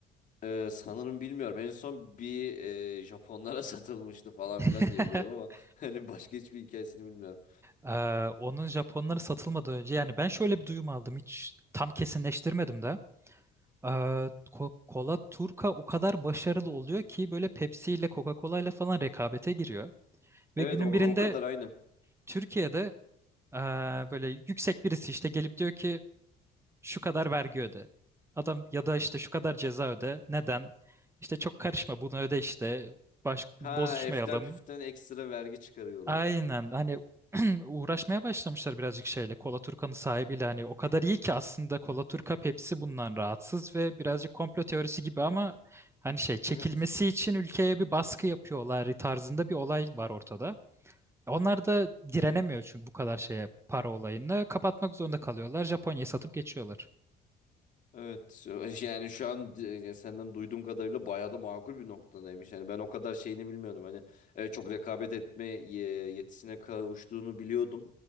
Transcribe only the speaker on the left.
Ee, sanırım bilmiyorum. En son bir e, Japonlara <laughs> satılmıştı falan filan
diyebilirim ama <laughs> hani başka hiçbir hikayesini bilmiyorum.
Evet
o,
o kadar aynı.
Ha eften püften ekstra vergi çıkarıyorlar.
Evet.
Evet yani şu an e, ya senden duyduğum kadarıyla bayağı da makul bir noktadaymış. Yani ben o kadar şeyini bilmiyordum. Hani e, çok rekabet etme e, yetisine kavuştuğunu biliyordum.